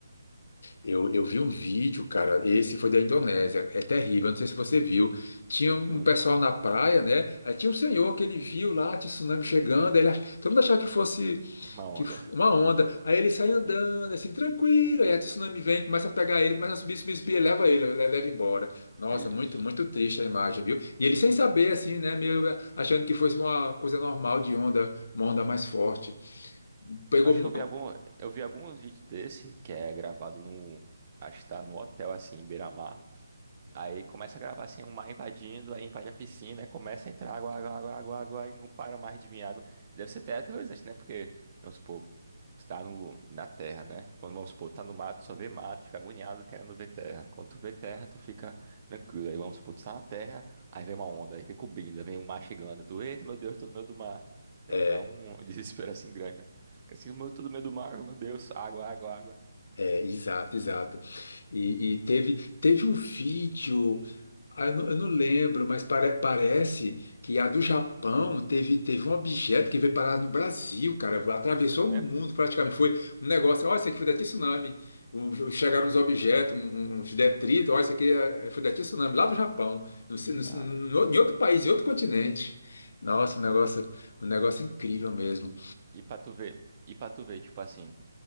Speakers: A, on the left; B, on the right.
A: Eu, eu vi um vídeo, cara. Esse foi da Indonésia. É terrível. Eu não sei se você viu. Tinha um
B: Hum,
A: pessoal na praia, né? Aí tinha um senhor que ele viu lá, tinha tsunami chegando. Ele, ach- todo mundo achava que fosse
B: uma onda.
A: que f- uma onda. Aí ele sai andando, assim, tranquilo. Aí a tsunami vem, começa a pegar ele, começa a subir, subir, subir, e leva ele, le- leva embora. Nossa,
B: Ixi.
A: muito, muito triste a imagem, viu? E ele sem saber, assim, né? Meio achando que fosse uma coisa normal de onda, uma onda mais forte. Pegou
B: Acho
A: muito.
B: que eu vi algum, eu vi alguns vídeos desse que é gravado no, acho que tá no hotel assim, em beira Aí começa a gravar assim, um mar invadindo, aí invade a piscina, aí começa a entrar água, água, água, água, água, e não para mais de vir água. Deve ser até aterrorizante, né? Porque, vamos supor, tu tá no, na terra, né? Quando, vamos supor, tá no mato, só vê mato, fica agoniado querendo ver terra. Quando tu vê terra, tu fica tranquilo. Aí, vamos supor, tu tá na terra, aí vem uma onda, aí vem cobrindo, aí vem um mar chegando. Tu, eita, meu Deus, tô no meio do mar. E
A: É,
B: aí dá um <laughs> desespero assim grande, né? Fica assim, meu, tô no meio do mar, meu Deus, água, água, água.
A: É, exato, exato. E, e teve, teve um vídeo, ah, eu não, eu não lembro, mas pare- parece que a do Japão teve, teve um objeto que veio parar no Brasil, cara, atravessou
B: Foi mesmo?
A: o mundo praticamente. Foi um negócio, olha, isso aqui foi da tsunami. Um- Chegaram uns objetos, um- um, uns detritos, olha, isso aqui é- foi da tsunami, lá do Japão, no,
B: Cara,
A: no- no- em outro país, em outro continente. Nossa, um negócio, um negócio incrível mesmo.
B: e pra tu ver, e pra tu ver, tipo assim.